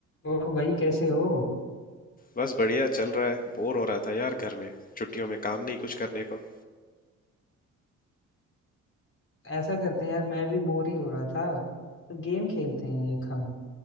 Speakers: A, on the left; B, on the left.
A: और भाई कैसे हो
B: बस बढ़िया चल रहा है बोर हो रहा था यार घर में छुट्टियों में काम नहीं कुछ करने को
A: ऐसा करते हैं यार मैं भी बोर ही हो रहा था तो गेम खेलते हैं एक हम